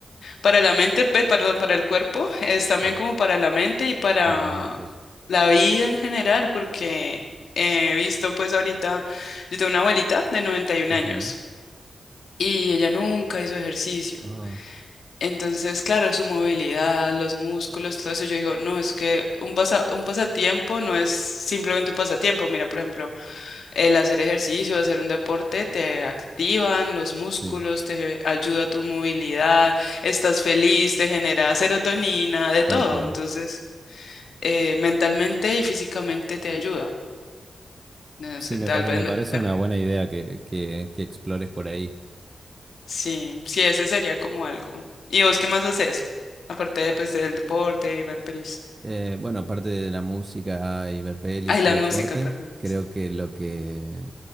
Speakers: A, on the left; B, on the right.
A: para la mente, pe- perdón, para el cuerpo, es también
B: sí,
A: como para la mente y para
B: para las dos cosas.
A: la vida en general, porque he visto pues ahorita, yo tengo una abuelita de noventa y un
B: Ujú.
A: años y ella nunca hizo ejercicio.
B: Ah,
A: Entonces, claro, su movilidad, los músculos, todo eso, yo digo, no, es que un pasa- un pasatiempo no es simplemente un pasatiempo. Mira, por ejemplo, el hacer ejercicio, hacer un deporte, te activan los músculos,
B: sí,
A: te ayuda a tu movilidad, estás feliz, te genera serotonina, de
B: tal
A: todo.
B: cual.
A: Entonces, eh, mentalmente y físicamente te ayuda. No
B: Sí,
A: sé,
B: me
A: tal
B: pare-
A: vez,
B: me
A: me-
B: parece
A: ver-
B: una buena idea que, que- que explores por ahí.
A: sí, sí, ese sería como algo. ¿Y vos qué más haces? Aparte, pues, del deporte y ver pelis.
B: Eh, bueno, aparte de la música y ver pelis
A: Ay, la
B: y deporte,
A: música, perdón.
B: creo
A: Sí,
B: que lo que...